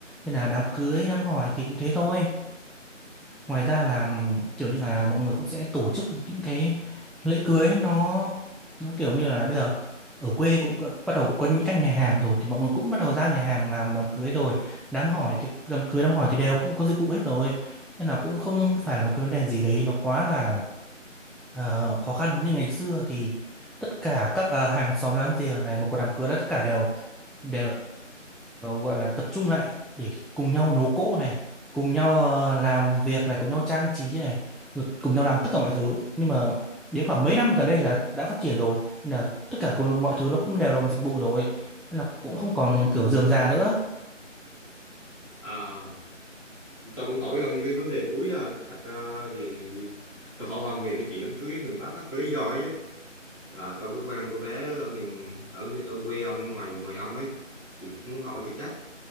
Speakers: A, in the centre; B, on the left.
A: nên là đám cưới đám hỏi thì cũng thế thôi ngoài ra là ừm, kiểu như là mọi người cũng sẽ tổ chức những cái lễ cưới nó nó kiểu như là bây giờ ở quê cũng có- bắt đầu cũng có những các nhà hàng rồi thì mọi người cũng bắt đầu ra nhà hàng làm đám cưới rồi đám hỏi thì đám cưới đám hỏi thì đều cũng có dịch vụ hết rồi nên là cũng không phải là một cái vấn đề gì đấy nó quá là Ờ, khó khăn như ngày xưa thì tất cả các ờ, hàng xóm láng giềng này một có đám cưới là tất cả đều đều gọi là tập trung lại để cùng nhau nấu cỗ này cùng nhau ờ, làm việc này cùng nhau trang trí này rồi cùng nhau làm tất cả mọi thứ nhưng mà đến khoảng mấy năm gần đây là đã phát triển rồi nên là tất cả cùng- mọi thứ nó cũng đều bằng dịch vụ rồi nên là cũng không còn kiểu rườm rà nữa
B: à, tôi cũng hỏi ông cái vấn đề cuối à. thật ra thì tôi hỏi ông về cái chuyện đám cưới ở miền Bắc á, có lý do ấy chứ. là tôi có quen cô bé ở miền ở, ở quê ông ngoài ngoài ông ấy thì muốn hỏi cho chắc